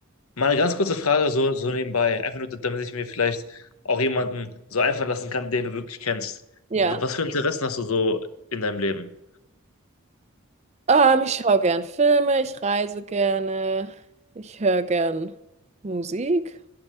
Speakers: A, on the left (about 85°); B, on the right (about 30°).
A: mal eine ganz kurze Frage so, so nebenbei, einfach nur, damit ich mir vielleicht auch jemanden so einfallen lassen kann, den du wirklich kennst.
B: ja.
A: W- Was für Interessen hast du so in deinem Leben?
B: Ähm, ich schaue gern Filme, ich reise gerne, ich höre gern Musik.